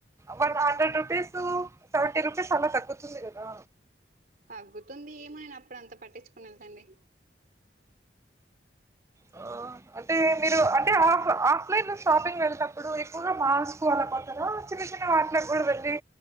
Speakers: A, on the right; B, on the right.
A: one hundred rupees seventy rupees అలా తగ్గుతుంది కదా
B: తగ్గుతుంది ఏమోని అప్పుడు అంత పట్టించుకోను అండి అ
A: ఆ, అంటే మీరు అంటే ఆఫ్ ఆఫ్ లైన్ లో షాపింగ్ వెళ్ళేటప్పుడు ఎక్కువగా మాస్కు అలా చిన్న చిన్న వాటికి కూడా వెళ్ళలి